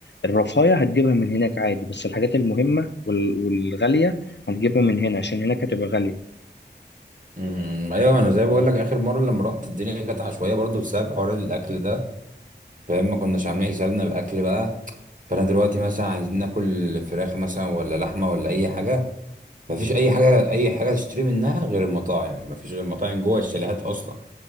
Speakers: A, on the left (about 75°); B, on the right (about 45°).
A: الرفاهية هتجيبها من هناك عادي بس الحاجات المهمة وال- والغالية هتجيبها من هنا عشان هناك هتبقى غالية
B: أمم. ايوه انا زي ما بقول لك اخر مره لما رحت الدنيا كانت عشوائيه برضو بسبب حوار الاكل ده فاهم ما كناش عاملين حسابنا باكل بقى فانا دلوقتي مثلا عايزين ناكل فراخ مثلا ولا لحمه ولا اي حاجه مفيش اي حاجه اي حاجه تشتري منها غير المطاعم مفيش غير مطاعم جوه الشاليهات اصلا